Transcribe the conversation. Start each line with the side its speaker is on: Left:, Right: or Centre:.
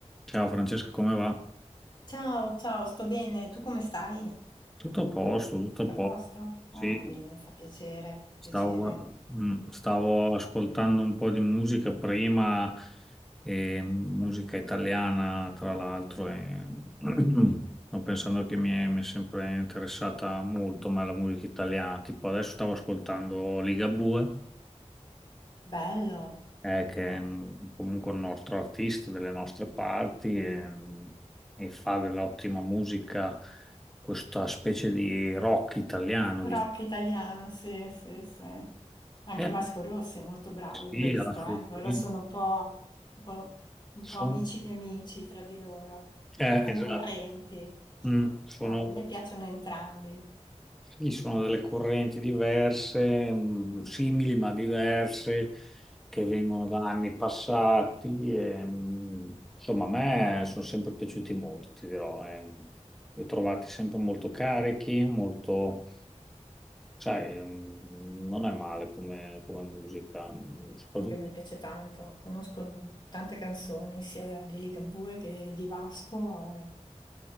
Centre: Ciao Francesca, come va?
Left: Ciao, ciao, sto bene. Tu come stai?
Centre: Tutto a posto, tutto a
Left: A
Centre: posto.
Left: posto?
Centre: Sì,
Left: Ah, bene, fa piacere,
Centre: stavo,
Left: piacere.
Centre: mm, stavo ascoltando un po' di musica prima, e musica italiana tra l'altro, e <clears throat> sto pensando che mi è, mi è sempre interessata molto ma la musica italiana. Tipo adesso stavo ascoltando Ligabue
Left: Bello.
Centre: eh, che è un- comunque un nostro artista delle nostre parti e, e fa dell'ottima musica, questa specie di rock italiano.
Left: Rock
Centre: dic-
Left: italiano, sì, sì, sì. Anche
Centre: Eh,
Left: Vasco Rossi è molto bravo
Centre: sì,
Left: in questo,
Centre: assolutamente.
Left: eh. Loro sono un po', un po', un po'
Centre: Sono-
Left: amici di amici tra di loro,
Centre: eh,
Left: un po' concorrenti.
Centre: esatto. Mm, sono
Left: Ah, a me piacciono entrambi.
Centre: Ci sono delle correnti diverse, mh, simili ma diverse, che vengono da anni passati. e, mh, insomma, a me sono sempre piaciuti molto, ti dirò. eh. Li ho trovati sempre molto carichi, molto, sai, mh, non è male come, come musica, mh, soprattutto.
Left: Anche a me piace tanto. Conosco tante canzoni, sia di Ligabue che di Vasco. eh,